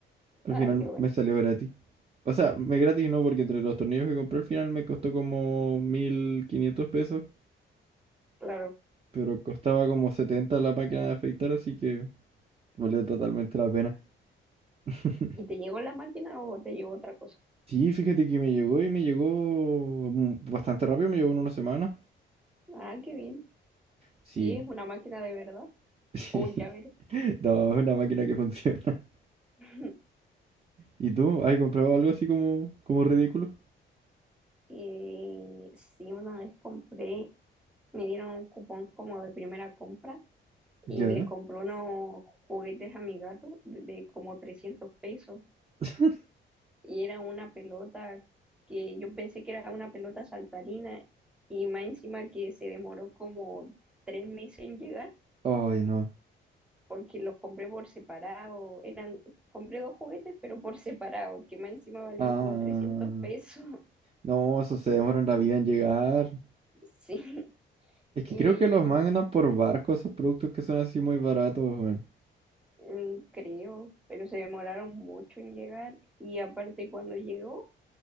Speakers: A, on the right; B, in the centre.
A: al
B: Ah,
A: final
B: qué bueno.
A: me salió gratis. O sea, me gratis no, porque entre los tornillos que compré al final me costó como 1.500 pesos,
B: Claro.
A: pero costaba como 70 la máquina de afeitar, así que valió totalmente la pena. <laughs>
B: ¿Y te llegó la máquina o te llegó otra cosa?
A: Sí, fíjate que me llegó y me llegó mm, bastante rápido, me llegó en una semana.
B: Ah, qué bien.
A: Sí,
B: ¿Y es una máquina de verdad?
A: <laughs> sí.
B: ¿O un llavero?
A: <laughs> No, es una máquina que funciona. <laughs>
B: <laughs>
A: ¿Y tú? ¿Has comprado algo así como, como ridículo?
B: Eh, sí, una vez compré me dieron un cupón como de primera compra
A: Ya.
B: y le compré unos juguetes a mi gato de, de como trescientos pesos
A: <laughs>
B: y era una pelota que yo pensé que era una pelota saltarina y más encima que se demoró como tres meses en llegar
A: Ay, no.
B: porque los compré por separado, eran, compré dos juguetes pero por separado, que más encima valían
A: Ah,
B: como trescientos pesos,
A: no, eso se demoran la vida en llegar.
B: <laughs> sí,
A: Es que
B: y
A: creo que los mandan por barco esos productos que son así muy baratos, weón.
B: mm, creo, pero se demoraron mucho en llegar y aparte cuando llegó